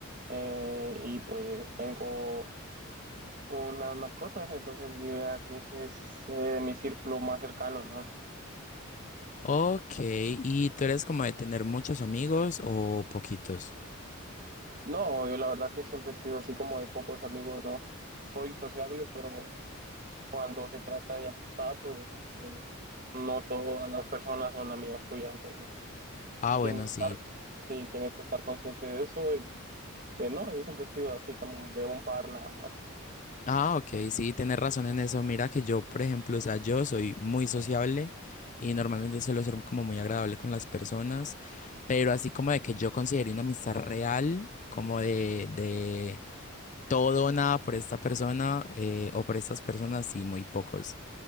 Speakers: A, on the right; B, on the left.
A: Eh, y pues tengo unas mascotas, entonces diría que ese es eh, mi círculo más cercano, ¿no?
B: Ok, ¿y tú eres como de tener muchos amigos o poquitos?
A: No, yo la verdad que siempre he sido así como de pocos amigos, ¿no? Soy sociable, pero Cuando se trata de amistad, pues eh, no todas las personas son amigas tuyas, entonces
B: Ah, bueno,
A: tienes que
B: sí.
A: estar, sí, tienes que estar consciente de eso y pues no, yo siempre he sido así como de un par nada más.
B: Ah, ok, sí, tienes razón en eso. Mira que yo, por ejemplo, o sea, yo soy muy sociable y normalmente suelo ser como muy agradable con las personas, pero así como de que yo considere una amistad real, como de, de todo o nada por esta persona eh, o por estas personas, sí, muy pocos.